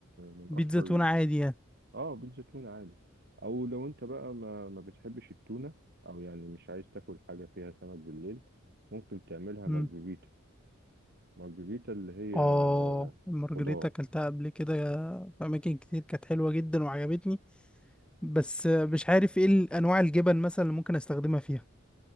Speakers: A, on the right; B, in the centre.
A: من
B: بيتزا
A: أشهر
B: تونة عادي يعني
A: أه بيتزا تونة عادي أو لو أنت بقى ما, ما بتحبش التونة أو يعني مش عايز تاكل حاجة فيها سمك بالليل ممكن تعملها
B: مم.
A: مارجريتا مارجريتا اللي
B: اه
A: هي
B: المارجريتا
A: خضار
B: اكلتها قبل كده في اماكن كتير كانت حلوة جدا وعجبتني بس مش عارف ايه انواع الجبن مثلا اللي ممكن استخدمها فيها